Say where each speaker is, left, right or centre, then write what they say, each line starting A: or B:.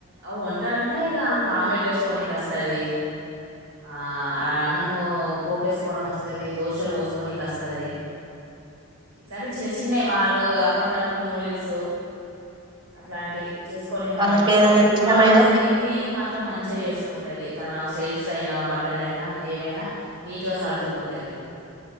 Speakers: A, on the right; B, on the right.
A: అవ్ వంటా అంటే ఇగ ఆమెకు ఆమ్లెట్ ఏసుకోనికి వస్తది ఆ అన్నమూ పోపేసుకోవడం వస్తదీ దోశలు పోసుకోనికి ఒస్తది ఇట్లాంటి చిన్న చిన్నవి వాళ్ళు అప్పటిదప్పుడు న్యూడిల్స్ అట్లాంటివి చేసుకోనికి
B: వాళ్ళకి
A: మాత్రం వస్తది
B: ఏదైనా
A: ది
B: ఇష్టమైన
A: ఊడవడం వస్తదీ క్లీనింగ్ మాత్రం మంచిగ చేస్ ఉంటది తన సెల్ఫ్స్ అయినా బట్టల్ అయినా ఏవైనా నీట్గా సర్దుకుంటాది